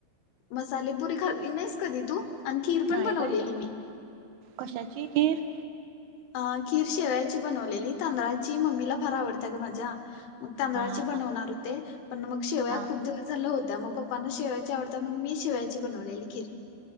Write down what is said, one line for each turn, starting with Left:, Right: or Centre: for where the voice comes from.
Left: मसालेपुरी खाल्ली नाहीस कधी तू. आणि खीर पण
Right: नाही
Left: बनवलेली
Right: बाय
Left: मी.
Right: कशाची खीर.
Left: अ खीर शेवयाची बनवलेली. तांदळाची मम्मीला फार आवडतेय ग माझ्या. मग तांदळाचे
Right: हा हा
Left: बनवणार
Right: हा
Left: होते. पण मग शेवय
Right: हा
Left: खूप दिवस झालं होत्या. मग पप्पांना शेवायची आवडता. मग मी शेवायची बनवलेली खीर.